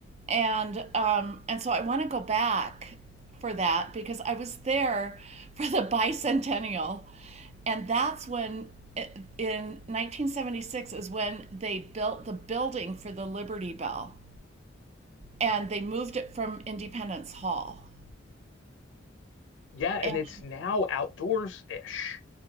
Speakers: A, on the right; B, on the left.
A: and um, and so I want to go back for that because I was there for the bicentennial, and that's when in 1976 is when they built the building for the Liberty Bell, and they moved it from Independence Hall.
B: Yeah, and
A: And
B: it's now outdoors ish.